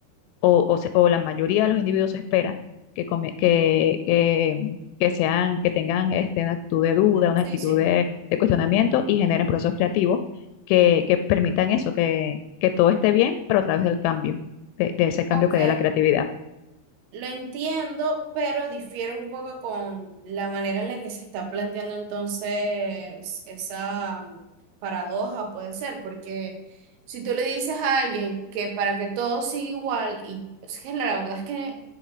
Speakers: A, on the left (about 85°); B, on the right (about 75°).
A: o, o, se- o la mayoría de los individuos, se espera que, come- que, que, que sean, que tengan este, una actitud de duda, una
B: Sí,
A: actitud
B: sí.
A: de, de cuestionamiento y generen procesos creativos que, que permitan eso, que, que todo esté bien, pero a través del cambio, de, de ese cambio
B: Ok.
A: que dé la creatividad.
B: Lo entiendo, pero difiere un poco con la manera en la que se está planteando entonces esa um, paradoja, puede ser, porque si tú le dices a alguien que para que todo siga igual, y es que la verdad es que